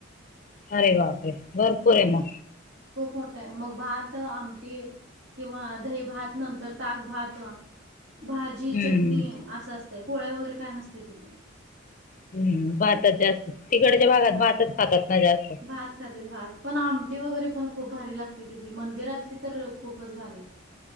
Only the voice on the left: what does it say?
अरे बापरे! भरपूर आहे म.
हम्म
हम्म भातच जास्त तिकडच्या भागात
भातच खातात ना जास्त.